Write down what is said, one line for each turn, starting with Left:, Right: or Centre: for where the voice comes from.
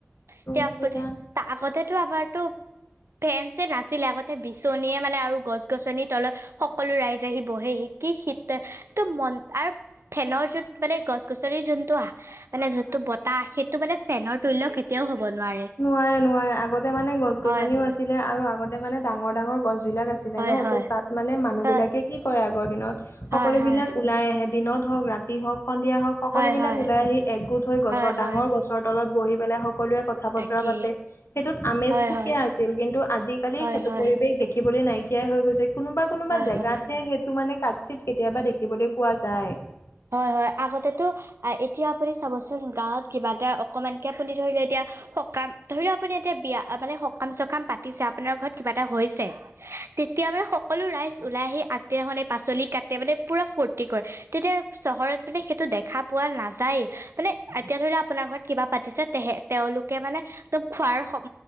Left: ত'
Right: এতিয়া আপুনি
Left: সেইয়া
Right: আগতেতো আমাৰতো- ফেন চেন নাছিলে আগতে বিচনীয়ে মানে আৰু- গছ গছনিৰ তলত সকলো ৰাইজ আহি বহে শিকি শ ত মন আৰু- ফেনৰ যোনত মানে গছ গছনি যোনতটো আহ মানে যোনটো বতাহ সেইটো মানে ফেনৰ- তুল্য কেতিয়াও হ'ব নোৱাৰে।
Left: নোৱাৰে নোৱাৰে আগতে মানে গছ গছনিও
Right: হয় হয়
Left: আছিলে আৰু আগতে মানে ডাঙৰ ডাঙৰ গছ বিলাক আছিলে।
Right: হয়
Left: ন
Right: হয়
Left: ত তাত মানে মানুহ
Right: হয়
Left: বিলাকে কি কৰে আগৰ দিনত
Right: হয়
Left: সকলো বিলাক- ওলাই আহে দিনত হওক ৰাতি হওক সন্ধিয়া হওক সকলোবিলাক
Right: হয় হয়
Left: ওলাই আহি একগোট হৈ গছৰ
Right: হয়
Left: ডাঙৰ
Right: হয়
Left: গছৰ- তলত বহি পেলাই সকলোৱে ক কথা বতৰা
Right: তাকেই
Left: পাতে সেইটোত আমেজ
Right: হয়
Left: সুকীয়া
Right: হয়
Left: আছিল কিন্তু আজিকালি
Right: হয়
Left: সেইটো
Right: হয়
Left: পৰিৱেশ দেখিবলৈ নাই- কিয়াই হৈ গৈছে কোনোবা কোনোবা
Right: হয়
Left: জেগাতহে
Right: হয়
Left: সেইটো মানে কাট চিত কেতিয়াবা দেখিবলৈ পোৱা যায়।
Right: হয় হয় আগতেটো এতিয়া আপুনি চাবচোন গাঁৱত কিবা এটা অকণমানকে আপুনি ধৰি লও এতিয়া- সকাম ধৰি লও আপুনি এতিয়া বিয়া মানে সকাম চকাম পাতিছে আপোনাৰ ঘৰত কিবা এটা হৈছে। তেতিয়া বাৰ সকলো ৰাইজ ওলাই আহি আদিনাখনে পাচলি কাটে মানে পুৰা ফুৰ্তি কৰে তেতিয়া- চহৰত মানে সেইটো দেখা পোৱা নাযায়। মানে এতিয়া ধৰি ল আপোনাৰ ঘৰত কিবা পাতিছে তেহে তেওঁলোকে মানে ত খোৱাৰ